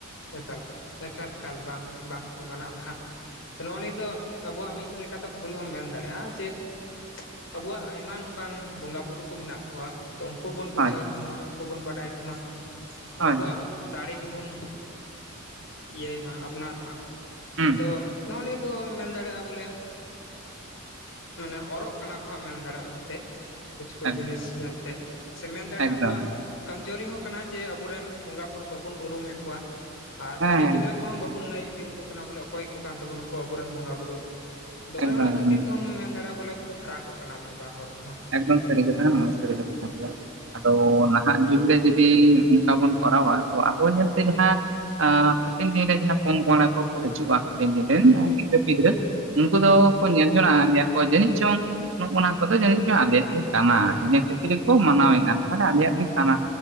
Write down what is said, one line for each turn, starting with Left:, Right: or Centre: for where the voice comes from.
Left: ᱮᱠᱟᱞ, ᱮᱠᱟᱞ ᱵᱟᱝ ᱵᱟᱝ ᱠᱚ ᱵᱟᱱᱟᱣ ᱫᱟ ᱦᱟᱸᱜ ᱾ ᱛᱚ ᱱᱚᱜᱼᱚ ᱱᱤᱭᱟᱹ ᱫᱚ ᱟᱵᱚᱣᱟᱜ ᱢᱤᱫ ᱞᱮᱠᱟᱛᱮ ᱵᱷᱩᱞ ᱦᱚᱸᱢ ᱢᱮᱱ ᱫᱟᱲᱮᱜᱼᱟ ᱡᱮ ᱟᱵᱚᱣᱟᱜ ᱟᱭᱢᱟ ᱱᱚᱝᱠᱟᱱ ᱵᱚᱸᱜᱟ ᱵᱩᱨᱩ ᱠᱚ ᱢᱮᱱᱟᱜ ᱠᱚᱣᱟ ᱛᱚ ᱩᱱᱠᱩ ᱵᱚᱱ ᱵᱩᱡᱷᱟᱹᱣ
Right: ᱦᱳᱭ
Left: ᱠᱚᱢᱟ, ᱩᱱᱠᱩ ᱵᱚᱱ ᱵᱟᱰᱟᱭ ᱠᱚᱢᱟ,
Right: ᱦᱳᱭ
Left: ᱩᱱᱠᱩᱣᱟᱜ ᱫᱟᱲᱮ ᱜᱮᱵᱚᱱ ᱤᱭᱟᱹᱭ ᱢᱟ, ᱟᱯᱱᱟᱨ ᱢᱟ,
Right: ᱦᱩᱸ
Left: ᱟᱫᱚ ᱱᱚᱜᱼᱚ ᱱᱤᱭᱟᱹ ᱫᱚ ᱢᱮᱱ ᱫᱟᱲᱮᱜᱼᱟ ᱵᱚᱞᱮ ᱢᱟᱱᱮ ᱚᱨᱚᱜ ᱠᱟᱱᱟ ᱠᱚ ᱦᱟᱸᱜ ᱢᱮᱱ ᱫᱟᱲᱮᱜ ᱟᱢ ᱚᱱᱛᱮ᱾ ᱠᱩᱪᱷ ᱠᱩᱪᱷ
Right: ᱮᱠᱫᱚᱢ
Left: ᱡᱤᱱᱤᱥ ᱧᱮᱞᱛᱮ, ᱥᱮ ᱢᱮᱱ ᱫᱟᱲᱮᱜᱼᱟ
Right: ᱮᱠᱫᱚᱢ
Left: ᱟᱵᱚᱣᱟᱜ ᱠᱚᱢᱡᱚᱨᱤ ᱦᱚᱸ ᱠᱟᱱᱟ ᱡᱮ, ᱟᱵᱚᱨᱮᱱ ᱵᱚᱸᱜᱟ ᱵᱩᱨᱩ ᱵᱟᱵᱚᱱ ᱩᱨᱩᱢᱮᱜ ᱠᱚᱣᱟ᱾ ᱟᱨ
Right: ᱦᱮᱸ
Left: ᱠᱟᱹᱴᱤᱡ
Right: ᱦᱮᱸ
Left: ᱜᱤᱫᱽᱨᱟᱹ ᱠᱚᱦᱚᱸ, ᱵᱟᱵᱚᱱ ᱞᱟᱹᱭ ᱤᱫᱤᱣᱟᱠᱚ ᱠᱟᱱᱟ᱾ ᱵᱚᱞᱮ ᱚᱠᱚᱭ ᱠᱚ ᱠᱟᱱ ᱛᱟᱵᱚᱱᱟ ᱠᱚ ᱟᱵᱚᱨᱮᱱ ᱵᱚᱸᱜᱟ ᱵᱩᱨᱩ᱾ ᱟᱫᱚ
Right: ᱮᱠᱫᱚᱢ
Left: ᱚᱱᱮ ᱚᱱᱟ
Right: ᱮᱠᱫᱚᱢ
Left: ᱠᱷᱟᱹᱛᱤᱨ ᱛᱮᱦᱚᱢ ᱢᱮᱱ ᱫᱟᱲᱮᱜᱼᱟ, ᱵᱚᱞᱮ ᱠᱚ ᱯᱷᱟᱨᱟ ᱠᱚᱜ ᱠᱟᱱᱟ ᱢᱤᱜ ᱵᱟᱨ ᱦᱚᱲ᱾ ᱦᱟᱸᱜ
Right: ᱮᱠᱫᱚᱢ ᱥᱟᱹᱨᱤ ᱠᱟᱛᱷᱟ ᱱᱚᱣᱟ ᱥᱟᱹᱨᱤ ᱠᱟᱛᱷᱟ ᱠᱟᱱ ᱜᱮᱭᱟ᱾ ᱟᱫᱚ ᱱᱟ ᱦᱟᱜ ᱡᱩᱜᱽ ᱨᱮ ᱡᱩᱫᱤ ᱚᱱᱠᱟ ᱵᱚᱱ ᱠᱚᱨᱟᱣᱟ ᱛᱚ ᱟᱵᱚ ᱧᱮᱞᱛᱮ ᱡᱟᱦᱟᱸ ᱦᱟᱯᱮᱱ ᱫᱤᱱ ᱨᱮ ᱡᱟᱦᱟᱸ ᱯᱚᱼᱯᱚᱝᱲᱟ ᱠᱚᱠᱚ ᱦᱤᱹᱡᱩᱜᱼᱟ ᱨᱮᱱ
Left: ᱦᱮᱸ ᱦᱮᱸ
Right: ᱜᱤᱫᱽᱨᱟᱹ ᱯᱤᱫᱽᱨᱟᱹ ᱩᱱᱠᱩ ᱫᱚ
Left: ᱦᱮᱸ
Right: ᱧᱮᱞ ᱡᱚᱱᱚᱜ-ᱟ, ᱟᱫᱮᱭᱟ ᱠᱚ ᱡᱟᱹᱱᱤᱡ ᱪᱚᱝ ᱱᱚᱜᱼᱱᱟ ᱠᱚᱫᱚ ᱡᱟᱹᱱᱤᱡ ᱪᱚᱝ ᱟᱞᱮᱭᱟᱜ ᱜᱮ ᱠᱟᱱᱟ᱾
Left: ᱦᱮᱸ ᱦᱮᱸ
Right: ᱤᱱᱟᱹ ᱠᱷᱟᱹᱛᱤᱨ ᱠᱚ ᱢᱟᱱᱟᱣᱮᱫᱼᱟ᱾ ᱛᱟᱦᱚᱞᱮ ᱟᱞᱮᱭᱟᱜ ᱜᱮ ᱠᱟᱱᱟ᱾